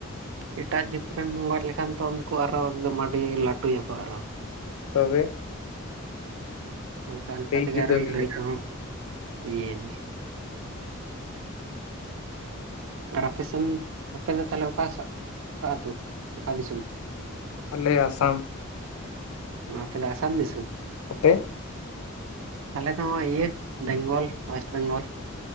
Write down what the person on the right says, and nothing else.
ᱮᱴᱟᱜ ᱡᱟᱹᱛ ᱨᱮᱱ ᱜᱚᱡ ᱞᱮᱠᱷᱟᱱ ᱛᱚ ᱩᱱᱠᱩ ᱟᱨᱚ ᱮᱠᱫᱚᱢ ᱟᱹᱰᱤ ᱞᱟᱹᱴᱩ ᱭᱟᱠᱚ ᱟᱨᱚ᱾
ᱚᱱᱠᱟ
ᱚᱱᱠᱟ ᱛᱮᱜᱮ
ᱟᱨᱚ
ᱞᱟᱹᱲᱦᱟᱹᱭ ᱠᱚᱦᱚᱸ ᱤᱭᱟᱹᱭᱮᱱ ᱜᱮ᱾ ᱟᱨ ᱟᱯᱮ ᱥᱮᱱ ᱟᱯᱮ ᱫᱚ ᱛᱟᱦᱞᱮ ᱚᱠᱟ ᱥᱟᱜ ᱚᱠᱟ ᱟᱛᱩ ᱚᱠᱟ ᱫᱤᱥᱚᱢ?
ᱚ ᱟᱯᱮ ᱫᱚ ᱟᱥᱟᱢ ᱫᱤᱥᱚᱢ?
ᱟᱞᱮ ᱫᱚ ᱤᱭᱟᱹ ᱵᱮᱝᱜᱚᱞ ᱚᱭᱮᱥᱴ ᱵᱮᱝᱜᱚᱞ᱾